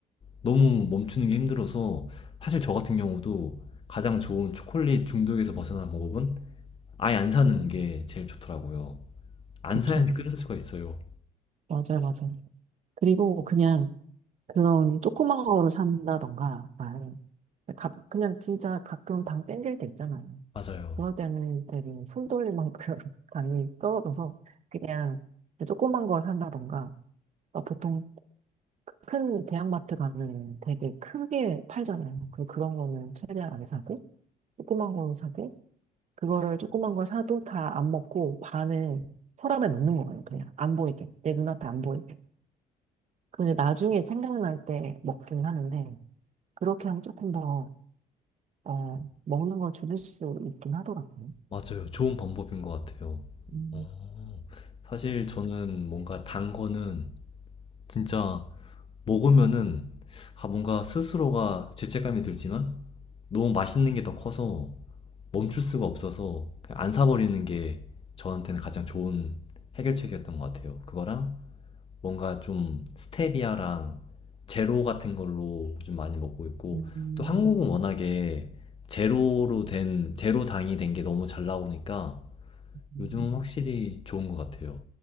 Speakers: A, on the left; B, on the right.
A: 너무 멈추는 게 힘들어서 사실 저 같은 경우도 가장 좋은 초콜릿 중독에서 벗어난 방법은 아예 안 사는 게 제일 좋더라고요. 안
B: 그렇죠.
A: 사야지 끊을 수가 있어요.
B: 맞아요, 맞아요. 그리고 그냥 그런 조그만 거를 산다던가, 아, 가- 그냥 진짜 가끔 당 땡길 때 있잖아요.
A: 맞아요.
B: 그럴 때는 되게 손 돌릴 만큼 <laughs> 당이 떨어져서 그냥 이제 조그만 걸 산다던가 막 보통 큰 대형마트 가면 되게 크게 팔잖아요. 그 그런 거는 최대한 안 사고 조그만 걸로 사고 그거를 조그만 걸 사도 다 안 먹고 반은 서랍에 넣는 거예요. 그냥 안 보이게 내 눈앞에 안 보이게. 그리고 이제 나중에 생각날 때 먹긴 하는데 그렇게 하면 조금 더 어, 먹는 걸 줄일 수 있긴 하더라고요.
A: 맞아요. 좋은 방법인 것 같아요.
B: 음,
A: 어. 사실 저는 뭔가 단 거는 진짜 먹으면은 아 뭔가 스스로가 죄책감이 들지만 너무 맛있는 게 더 커서 멈출 수가 없어서 그냥 안 사버리는 게 저한테는 가장 좋은 해결책이었던 것 같아요. 그거랑 뭔가 좀 스테비아랑 제로 같은 걸로 좀 많이 먹고 있고
B: 음,
A: 또 한국은 워낙에 제로로 된 제로 당이 된 게 너무 잘 나오니까
B: 음,
A: 요즘은 확실히 좋은 것 같아요.